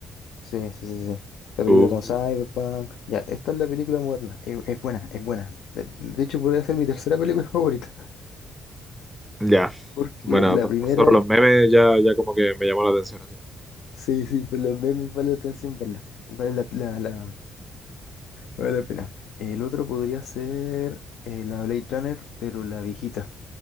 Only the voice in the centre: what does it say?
Uh,
ya.
Bueno,
po-
por solo los memes ya, ya como que me llamó la atención así.